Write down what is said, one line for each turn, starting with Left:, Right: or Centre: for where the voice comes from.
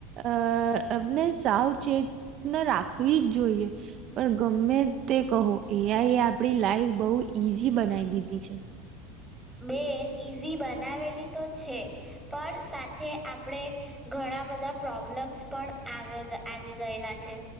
Right: અહ આપને સાવચેતના રાખવી જ જોઈએ પણ ગમે તે કહો એ આઈ એ આપડી લાઈફ બહુ ઈઝી બનાઈ દીધી છે.
Centre: બેન ઈઝી બનાવેલી તો છે પણ સાથે આપણે ઘણા બધા પ્રોબ્લમ્સ પણ આવે-આવી ગયેલા છે.